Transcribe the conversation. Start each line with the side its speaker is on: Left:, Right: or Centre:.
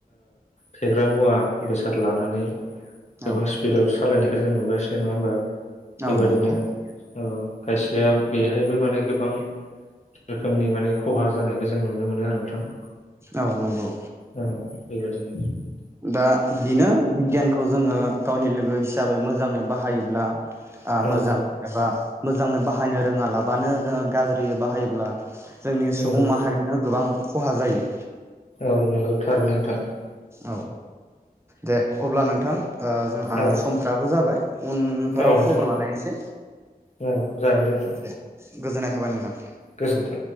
Left: फेग्रा मुवा बेसाद लानानै गोबां
Right: औ
Left: स्पिडाव सालायनाय जों नुगासिनो नङा होमबा। बेबायदिनो।
Right: औ नंगौ
Left: औ खायसेया बेहायबो माने गोबां रोखोमनि माने खहा जानाय। बेखौ जों नुनो मोनो आरो नोंथां।
Right: औ नंगौ।
Left: औ <inaudible>
Right: दा बेनो बिगियानखौ खौ जोङो गावनि लोगो हिसाबै मोजाङै बाहायोब्ला।
Left: औ
Right: मोजां एबा। मोजाङै बाहायनो रोङालाबानो जोङो गाज्रि बाहायोब्ला। जोंनि
Left: नंगौ
Right: सुबुं माहारिनो गोबां खहा जायो।
Left: औ नंगौ थारैनो नोंथां ।
Right: औ। दे। अब्ला नोंथां जोंहा
Left: औ
Right: समफ्राबो जाबाय उनफोराव
Left: औ नोंथां
Right: खबर लालायनोसै
Left: औ जागोन नोंथां
Right: दे गोजोननाय थाबाय नोंथां।
Left: गोजोन्थों